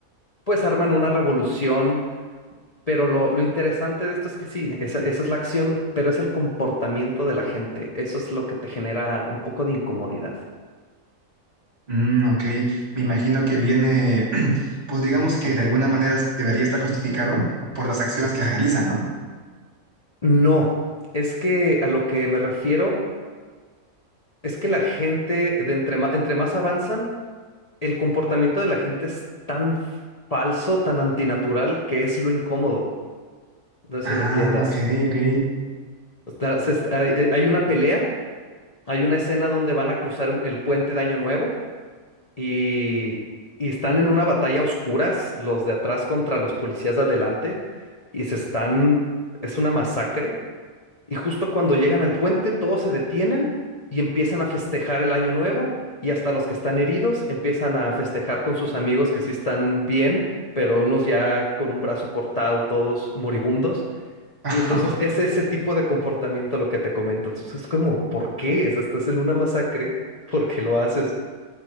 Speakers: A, on the left; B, on the right.
A: pues arman una revolución, pero lo, lo interesante de esto es que sí, esa, esa es la acción, pero es el comportamiento de la gente, eso es lo que te genera un poco de incomodidad.
B: mm, ok, me imagino que viene, <clears throat> pues digamos que de alguna manera debería estar justificado por las acciones que realiza, ¿no?
A: No, es que a lo que me refiero es que la gente, de entre ma- entre más avanzan, el comportamiento de la gente es tan falso, tan antinatural, que es lo incómodo. No sé
B: Ah,
A: si me entiendas.
B: ok, ok.
A: O sea, se est- hay, hay- hay una pelea, hay una escena donde van a cruzar un- el puente de Año Nuevo y, y están en una batalla a oscuras, los de atrás contra los policías de adelante, y se están, es una masacre. Y justo cuando llegan al puente, todos se detienen y empiezan a festejar el año nuevo. Y hasta los que están heridos empiezan a festejar con sus amigos que sí están bien, pero unos ya con un brazo cortado, todos moribundos.
B: <laughs>
A: Y entonces es ese tipo de comportamiento lo que te comento. Entonces es como, ¿por qué? Si Estás en una masacre, ¿por qué lo haces?